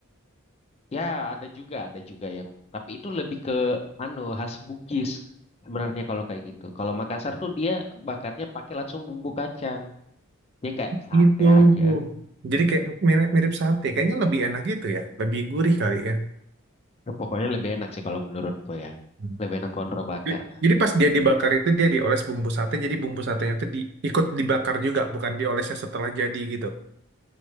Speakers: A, on the left; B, on the right.
A: ya ada juga, ada juga yang tapi itu lebih ke anu khas Bugis sebenarnya kalau kayak gitu. Kalau Makassar tuh dia bakarnya pakai langsung bumbu kacang. Dia kayak sate
B: Gitu.
A: aja.
B: Jadi kayak mirip, mirip sate, kayaknya lebih enak gitu ya, lebih gurih kali ya.
A: Ya, pokoknya lebih enak sih kalau menurutku ya.
B: Hmm.
A: Lebih enak konro bakar.
B: Jadi jadi pas dia dibakar itu dia dioles bumbu sate, jadi bumbu satenya itu di, ikut dibakar juga, bukan diolesnya setelah jadi gitu.